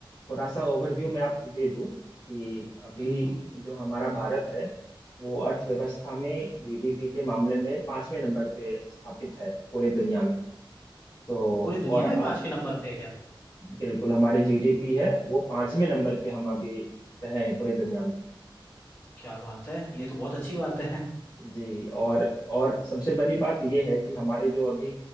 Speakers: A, on the left; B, on the left.
A: थोड़ा सा ओवरव्यू मैं आपको दे दूँ कि अभी
B: हम्म
A: जो हमारा भारत है वो अर्थव्यवस्था में जीडीपी के मामले में पांचवें नंबर पे स्थापित है पूरे दुनिया में तो
B: पूरी दुनिया
A: और आप
B: में पांचवें नंबर पे है क्या
A: बिल्कुल हमारी जीडीपी है वो पांचवें नंबर पे हम अभी रहे हैं पूरी दुनिया में
B: क्या बात है ये तो बहुत अच्छी बात है
A: जी और और सबसे बड़ी बात यह है कि हमारे जो अभी